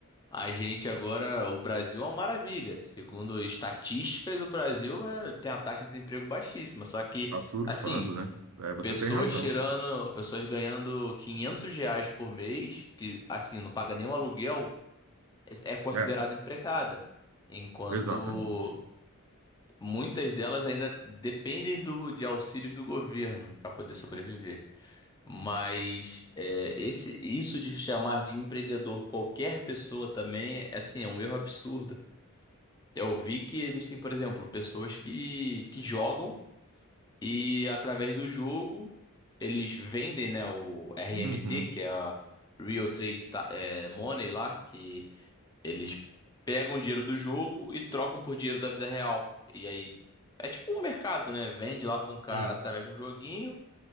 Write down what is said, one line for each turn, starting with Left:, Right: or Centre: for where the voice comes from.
Left: a gente agora, o Brasil é uma maravilha. Segundo estatísticas, o Brasil é- tem a taxa de desemprego baixíssima, só que
Right: Tá surfando,
Left: Assim,
Right: né? É, você
Left: Pessoas
Right: tem razão.
Left: tirando, pessoas ganhando 500 reais por mês, que assim, não paga nem o aluguel, é é considerada
Right: É,
Left: empregada. Enquanto
Right: exatamente.
Left: muitas delas ainda dependem do, de auxílios do governo para poder sobreviver. Mas é, esse, isso de chamar de empreendedor qualquer pessoa também é assim, é um erro absurdo. Eu vi que existem, por exemplo, pessoas que, que jogam E através do jogo, eles vendem, né, o RMT,
Right: Uhum,
Left: que é a Real Trade Ta- é, Money lá, que eles pegam dinheiro do jogo e trocam por dinheiro da vida real. E aí é tipo um mercado, né? Vende lá pra um cara
Right: uhum,
Left: através de um joguinho.